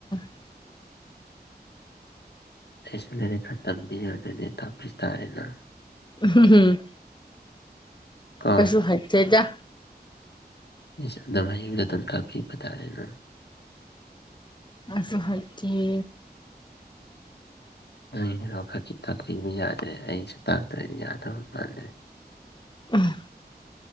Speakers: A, on the left (about 25°); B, on the left (about 80°).
A: <unintelligible>
B: ꯑꯩꯁ ꯂꯥꯏꯔꯛ ꯈꯔ ꯇꯝꯕꯤꯔꯅꯅꯦ ꯇꯥꯛꯄꯤ ꯇꯥꯔꯦꯅ
A: ꯎꯝ ꯍꯝ‌ꯍꯝ
B: ꯀꯣ
A: ꯑꯩꯁꯨ ꯍꯩꯏꯇꯦꯗꯥ
B: ꯏꯁ ꯅꯪ ꯑꯍꯩꯕꯗꯨ ꯑꯗꯨꯝ ꯇꯥꯛꯄꯤꯕ ꯇꯥꯔꯦ ꯅꯪ
A: ꯑꯩꯁꯨ ꯍꯩꯇ‌ꯦ
B: ꯅꯣꯏꯔꯈꯛꯀꯤ <unintelligible> ꯇꯥꯛꯄꯤꯕ ꯌꯥꯗ꯭ꯔꯦ ꯑꯩꯅꯁꯨ ꯇꯥꯛꯇ꯭ꯔꯗꯤ ꯌꯥꯗꯕ ꯃꯥꯟꯗ꯭ꯔꯦ
A: ꯎꯝ